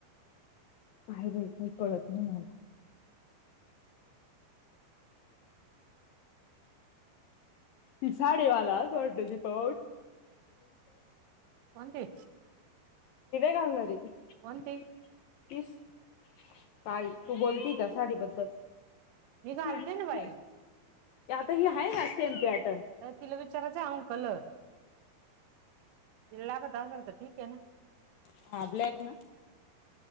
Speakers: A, on the left; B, on the right.
A: काय <unintelligible> कळत नाही मला. ती साडेवाला अस वाटते तीथं <unintelligible>
B: कोणती
A: <unintelligible> घालणारे ती.
B: कोणती
A: पीस. काळी तू बोलती त्या साडी बद्दल.
B: मी घालते
A: नायतर
B: ना
A: काय.
B: बाई
A: आता हि हाय ना सेम पॅटन.
B: तर <unintelligible> कलर तिला लागत असेल तर ठीक हेना.
A: हा ब्लॅक ना.